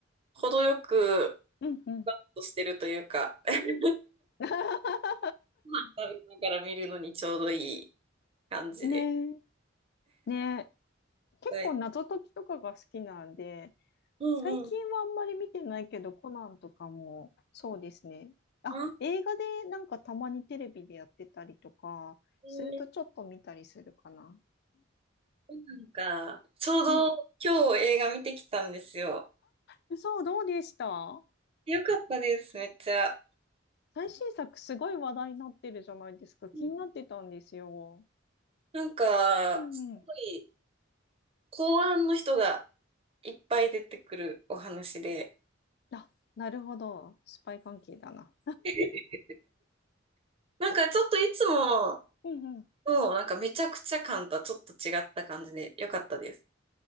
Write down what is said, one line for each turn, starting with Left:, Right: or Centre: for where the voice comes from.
Right: 程よく、
Left: うんうん。
Right: としてるというか、<laughs>
Left: <laughs>
Right: ご飯食べながら見るのにちょうどいい感じで。
Left: ねえ、ね結構謎解きとかが好きなんで、
Right: はい。うんうん。
Left: 最近はあんまり見てないけど、コナンとかもそうですね。あ、
Right: あ、
Left: 映画でなんかたまにテレビでやってたりとか、
Right: えー
Left: するとちょっと見たりするかな。
Right: なんか、ちょうど今日映画見てきたんですよ。
Left: うんうん。そう、どうでした
Right: よかったです、めっちゃ。
Left: 最新作すごい話題になってるじゃないですか。気になってたんですよ。
Right: うんなんか、
Left: うんうん。
Right: すごい、公安の人がいっぱい出てくるお話で、
Left: あ、なるほど。スパイ関係だな。
Right: <laughs> なんかちょっといつも
Left: うんうん。
Right: の、なんかめちゃくちゃ感とはちょっと違った感じでよかったです。